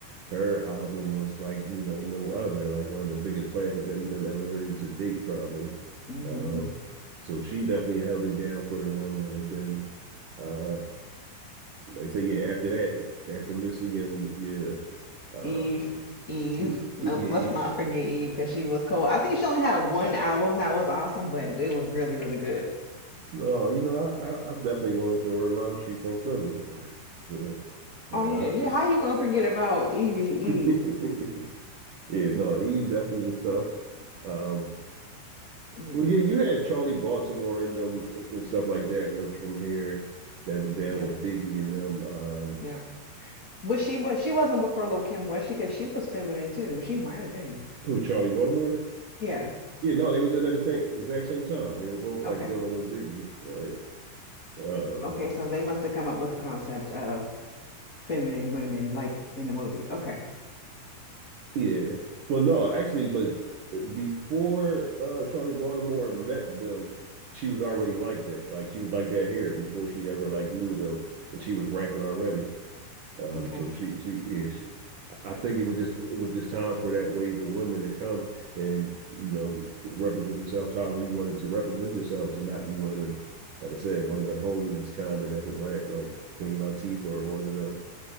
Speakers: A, on the right; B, on the left.
A: her album was like, you know, no other, like one of the biggest classics that we done ever heard to date, probably.
B: Mm-hmm.
A: Um, so she definitely held it down for the women, and then, uh, like I say, yeah, after that, after Missy and yeah, uh,
B: Eve, Eve.
A: yeah,
B: Nope,
A: yeah,
B: let's not forget Eve because she was cool. I think she only had one album that was awesome, but it was really, really good.
A: No, you know, I, I, I'm definitely going to show her love. She's from Philly. <laughs> So,
B: Oh
A: uh,
B: yeah, yeah. How you gonna forget about Evie Eve?
A: <laughs> yeah, no, Eve definitely was tough. Um,
B: Eve.
A: well, yeah, you had Charlie Baltimore in them and stuff like that Remember from here that was down
B: Yep,
A: with Biggie and them. Um,
B: yep. Was she? But she wasn't before Lil Kim, was she? Because she was feminine too. She might have been.
A: who, Charlie Baltimore?
B: Yeah.
A: Yeah, no, they was in at the same exact same time. They were both like
B: Okay.
A: dealing with Biggie. Like, um,
B: Okay. So they must have come up with the concept of feminine women, like in the movie. Okay.
A: Yeah. Well, no, actually, but before uh Charlie Baltimore met them, she was already like that. Like she was like that hair before she ever like knew them, and she was rapping already. Um,
B: Okay.
A: so she she yeah, she, I think it was just it was just time for that wave of women to come and you know represent yourselves however you wanted to represent yourselves and not be one of the like I said one of the homies kind of that had rap like Queen Latifah or one of them.